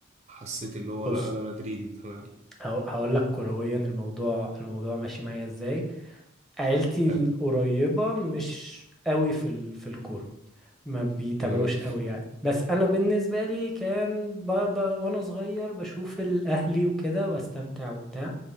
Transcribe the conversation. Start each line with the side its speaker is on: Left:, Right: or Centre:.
Right: حسيت اللي هو
Centre: بص
Right: لأ أنا مدريدي تمام
Centre: هو- هقول لك كرويا الموضوع الموضوع ماشي معايا ازاي عيلتي
Right: حلو
Centre: القريبة مش قوي في ال... في الكورة ما بيتابعوش
Right: مم.
Centre: قوي يعني بس انا بالنسبة لي كان ب... ب... وانا صغير بشوف الاهلي وكده واستمتع وبتاع